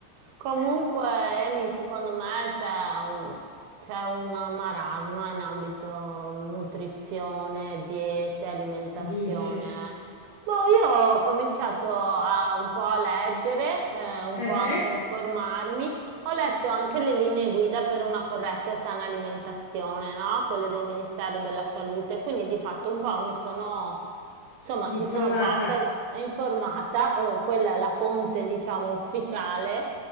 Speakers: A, on the right; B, on the left.
A: comunque,
B: Eh,
A: Amy, secondo me c'è un, c'è una marasma in ambito nutrizione, diete, alimentazione.
B: dici.
A: Boh, io ho cominciato a, un po' a leggere, eh, un po'
B: Eh-eh,
A: anche a informarmi. Ho letto anche le linee guida per una corretta e sana alimentazione, no? Quelle del Ministero della Salute. Quindi di fatto un po' mi sono Insomma,
B: informata.
A: mi sono posta informata, eh, quella è la fonte, diciamo, ufficiale,